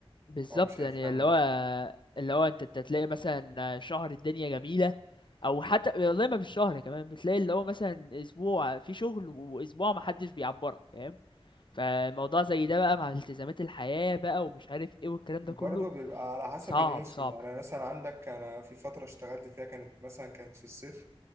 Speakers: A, on the left; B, on the right.
A: بالظبط
B: هو مش
A: يعني
B: هيفهمني
A: اللي هو اللي هو انت انت تلاقي مثلا آه، شهر الدنيا جميلة او حتى والله ما بالشهر كمان بتلاقي اللي هو مثلا اسبوع في شغل واسبوع ما حدش بيعبرك فاهم فالموضوع زي ده بقى مع التزامات الحياة بقى ومش عارف ايه والكلام
B: برضه
A: ده كله
B: بيبقى على حسب
A: صعب
B: الموسم
A: صعب
B: يعني مثلا عندك انا في فتره اشتغلت فيها كانت مثلا كانت في الصيف